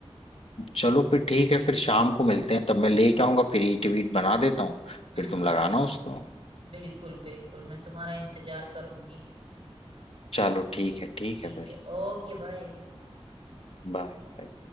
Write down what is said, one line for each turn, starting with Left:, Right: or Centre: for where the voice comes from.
Left: चलो फिर ठीक है फिर शाम को मिलते हैं तब मैं लेके आऊंगा फिर ईंट वीट बना देता हूँ
Right: हम्म
Left: फिर तुम लगाना उसको
Right: बिल्कुल बिल्कुल मैं तुम्हारा इंतजार करूंगी
Left: चलो ठीक है ठीक
Right: ठीक
Left: है फिर
Right: है ओके बाय
Left: बाय